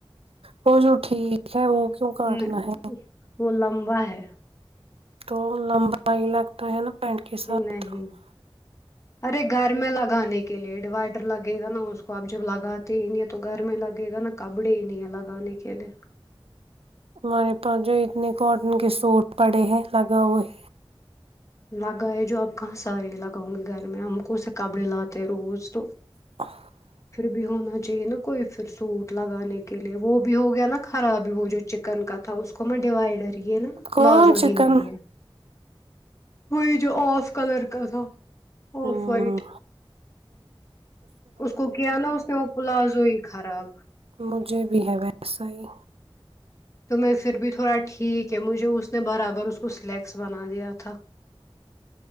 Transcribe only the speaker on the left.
ہ
وہ لم واہ ہے <inaudible>
نہیں
ارے گھر میں لگانے کے لیے ڈیوائڈر لگے گا نا اس کو آپ جب لگاتے ہی نہیں ہیں تو گھر میں لگے گا نا کپڑے ہی نہیں ہے لگانے کے لیئے
لگائے جو آپ کہاں ساریے لگاؤں گی گھر میں ہم کون سے کپڑے لاتے ہیں روز تو
پھر بھی ہونا چاہیے نا کوئی پھر سوٹ لگانے کے لیے وہ بھی ہو گیا نا خراب وہ جو چکن کا تھا اس کو میں ڈیوائڈر ہے نا
پلاز وہی
نہیں ہے وہی جو آف کلر کا تھا
ف وائٹ اس کو کیا نا اس نے وہ پلازوئی خراب
تو میں پھر بھی تھوڑا ٹھیک ہے مجھے اس نے برابر اس کو سلیکٹ بنا دیا ا تھاا